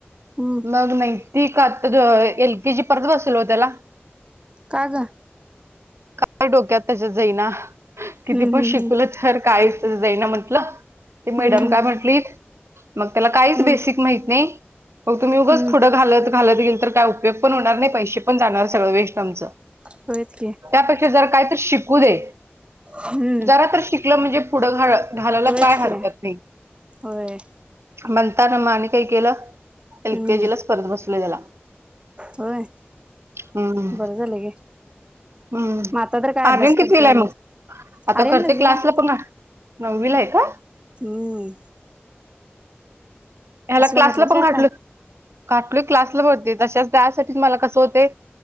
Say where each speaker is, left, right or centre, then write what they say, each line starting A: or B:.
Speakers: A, on the right; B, on the right.
A: हम्म
B: मग नाही. ती का आता तो एल के जी परत बसलोय हो त्याला.
A: का गं
B: काय डोक्यात त्याच्यात जाईना किती
A: हम्म
B: पण
A: हम्म
B: शिकवलं थर कायच जाई ना म्हंटलं ते मॅडम
A: हम्म हम्म
B: काय म्हंटली मग त्याला काहीच
A: हम्म
B: बेसिक माहीत नाही मग तुम्ही उगंच
A: हम्म हम्म
B: पुढं घालत-घालत गेल तर काय उपयोग पण होणार नाही पैशे पण जाणार सगळं वेस्ट आमचं.
A: होयत की.
B: त्यापेक्षा जर काय तर शिकू दे
A: हम्म
B: जरा तर शिकलं म्हणजे पुढं घा घालायला
A: होयच
B: काय हरकत
A: की
B: नाही.
A: होय
B: म्हणतना म आणि काही केलं एल
A: हम्म
B: केजी ला स्पर्ध बसलोय त्याला.
A: होय
B: हम्म
A: बरं झालं गे.
B: हम्म
A: मग आता तर काय
B: आर्यन
A: अभ्यास
B: कितविला
A: करतोय का
B: आहे मग
A: नाही?
B: आता
A: अरे
B: करते
A: नववीला
B: क्लासला
A: आहे.
B: पुन्हा. नववीला आहे का?
A: हम्म.
B: ह्याला क्लासला
A: घातलास
B: पण
A: व्हय आता?
B: घाठलं. काकली क्लासला भरते तशच त्यासाठीच मला कसं होते